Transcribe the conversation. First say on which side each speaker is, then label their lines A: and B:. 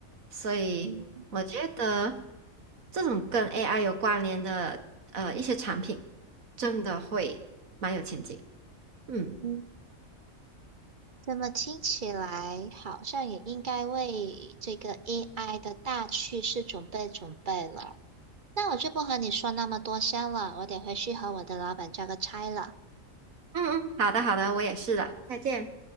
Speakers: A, on the right (about 85°); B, on the right (about 40°).
A: 所以我觉得
B: 嗯，
A: 这种跟 AI 有关联的呃一些产品，真的会蛮有前景。嗯
B: 嗯，那么听起来好像也应该为这个 AI 的大趋势准备准备了。那我就不和你说那么多先了，我得回去和我的老板交个差了。
A: 嗯嗯，好的好的，我也是的，再见。